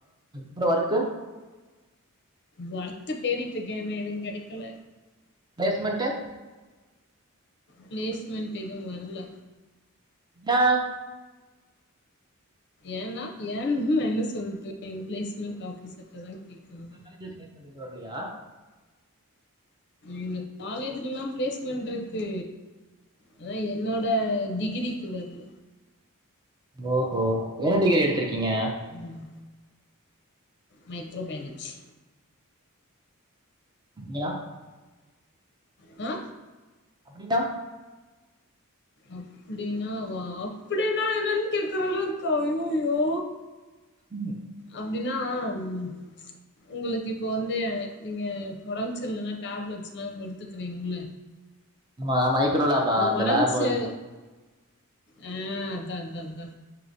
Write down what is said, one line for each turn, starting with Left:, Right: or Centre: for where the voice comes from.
Right: ப்றோ வர்க்கு
Left: வர்த்து தேடிட்ருக்கே வே எதுன் கெடைக்கல
Right: பேஸ்மெண்ட்டு
Left: ப்ளேஸ்மெண்ட் எதுவு வர்ல
Right: டா
Left: ஏன்னா ஏன்னு நா என்ன சொல்ட்டு எங் ப்ளேஸ்மெண்ட் ஆஃபீசர்ட்டதா கேக்கணு
Right: காலேஜர்ஸ் ப்ளேஸ்மென்ட் எது வர்லியா
Left: எங்க காலேஜ்ஜல்லா ப்ளேஸ்மெண்ட்ருக்கு அனா எ என்னோட டிகிரிக்கு வர்ல
Right: ஓஹோ என்ன டிகிரி எடுத்திருக்கீங்க
Left: ம் மைக்ரோபயால ச்சி
Right: இங்கயா
Left: அ
Right: அப்டினா
Left: அப்புடின்னா வாஆப் ப்டின்னா என்னன் கேக்குறதுளுக்கா அயோயோ
Right: ம்
Left: அப்டின்னா உம் உங்களுக்கு இப்போ வந்துயே நீங்க கொரன்ச் இல்லல டேப்லெட்ஸ்லாம் எடுத்துக்றீங்ள
Right: ஹமா மைக்ரோ லேபா அந்த
Left: உடம்பு
Right: லேபோ
Left: சரி
Right: இது
Left: ஆ அத்தா அத்தா த்தா